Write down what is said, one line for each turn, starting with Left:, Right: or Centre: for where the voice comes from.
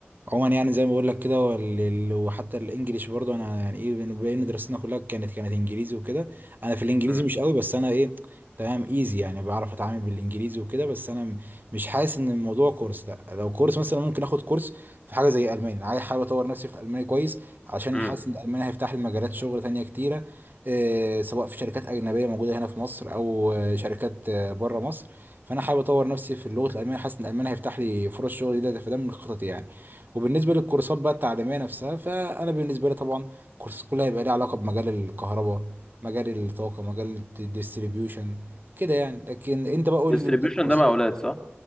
Right: عموما يعني زي ما بقول لك كده وال- ال- وحتى الانجليش برضه انا يعني ايه بن- بين دراستنا كلها كانت كانت انجليزي وكده انا في الانجليزي
Left: امم
Right: مش قوي بس انا ايه تمام ايزي يعني بعرف اتعامل بالانجليزي وكده بس انا م- مش حاسس ان الموضوع كورس لا لو كورس مثلا ممكن اخد كورس في حاجه زي الماني انا عايز حابب اطور نفسي في الالماني كويس عشان
Left: امم
Right: حاسس ان الالماني هيفتح لي مجالات شغل تانية كتيره إيه سواء في شركات اجنبيه موجوده هنا في مصر او آه، شركات بره مصر فانا حابب اطور نفسي في اللغه الالمانيه حاسس ان الالماني هيفتح لي فرص شغل جديده فده من خططي يعني وبالنسبه للكورسات بقى التعليميه نفسها فانا بالنسبه لي طبعا الكورسات كلها هيبقى ليها علاقه بمجال الكهرباء مجال الطاقه مجال الديستريبيوشن كده يعني لكن انت بقى قول
Left: ديستريبيوشن
Right: لي انت الكورسات
Left: ده مع اولاد صح